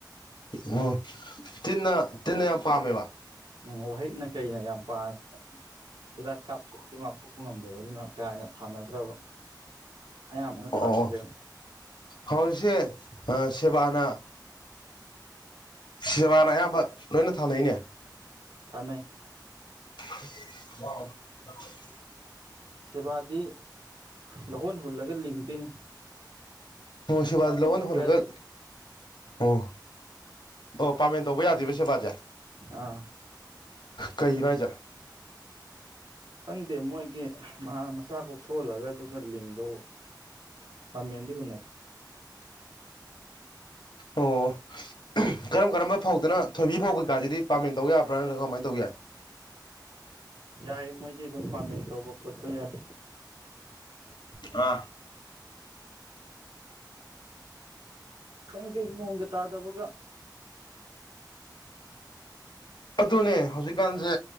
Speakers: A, on the left (about 75°); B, on the right (about 80°).
A: ꯑꯣ ꯇꯤꯟꯅ ꯇꯤꯟꯅ ꯌꯥꯝ ꯄꯥꯝꯃꯦꯕ
B: ꯎꯝ ꯋꯥꯍꯛꯅ ꯀꯩꯅ ꯌꯥꯝ ꯄꯥꯉ ꯍꯤꯗꯥꯛ ꯀꯥꯞꯊꯣꯛꯄꯁꯨ ꯉꯥꯛꯊꯣꯛꯄ ꯉꯝꯗꯕ ꯑꯗꯨꯅ ꯀꯥ ꯍꯟꯅ ꯊꯥꯅꯗ꯭ꯔꯕ ꯑꯌꯥꯝꯕꯅ
A: ꯑꯣ
B: ꯊꯥꯅꯗ꯭ꯔꯦꯕ
A: ꯍꯁꯦ ꯁꯦꯕꯥꯅ ꯁꯦꯕꯥꯅ ꯑꯌꯥꯝꯕ ꯂꯣꯏꯅ ꯊꯥꯅꯩꯅꯦ
B: ꯊꯅ
A: <unintelligible>
B: ꯁꯦꯕꯥꯗꯤ ꯂꯧꯍꯣꯟ ꯍꯨꯜꯂꯒ ꯂꯤꯡꯗꯣꯏꯅꯤ
A: ꯇꯁꯤ ꯋꯥꯖ
B: ꯄꯥꯃꯦꯟ
A: ꯂꯧꯕꯅ
B: ꯇꯧꯕ
A: ꯍꯣꯜꯒꯜ
B: ꯌꯥꯗꯦ
A: ꯑꯣ ꯑꯣ ꯄꯥꯃꯦꯟ ꯇꯧꯕ ꯌꯥꯗꯦꯕ ꯁꯦꯕꯥꯁꯦ
B: ꯑꯥ
A: ꯀꯩ ꯍꯥꯏꯖ
B: ꯈꯪꯗꯦ ꯃꯣꯏꯒꯤ ꯃꯍꯥꯛ ꯃꯁꯆꯥ ꯀꯣꯛꯊꯣꯛꯍꯜꯂꯒ ꯑꯗꯨꯒ ꯂꯤꯡꯗꯧꯕ ꯄꯃꯤꯗꯤ ꯎꯟꯅ
A: ꯑꯣ ꯀꯔꯝ ꯀꯔꯝꯕ ꯐꯧꯗꯅ ꯊꯣꯏꯕꯤ ꯐꯧ ꯀꯩꯀꯥꯁꯤꯗꯤ ꯄꯥꯝꯃꯦꯟ ꯇꯧ ꯌꯥꯕ꯭ꯔꯥ ꯅꯠꯇ꯭ꯔꯒ ꯀꯃꯥꯏꯅ ꯇꯧ ꯌꯥꯏ
B: ꯌꯥꯏ ꯃꯣꯏꯗꯤ ꯑꯗꯨꯝ ꯄꯥꯃꯦꯟ ꯇꯧꯕ ꯈꯣꯠꯄ ꯌꯥꯏ
A: ꯑ
B: ꯈꯪꯗꯦ ꯅꯣꯡꯒ ꯇꯥꯗꯕꯒ <inaudible> <unintelligible>
A: ꯑꯗꯨꯅꯦ ꯍꯧꯖꯤꯛꯀꯥꯟꯁꯦ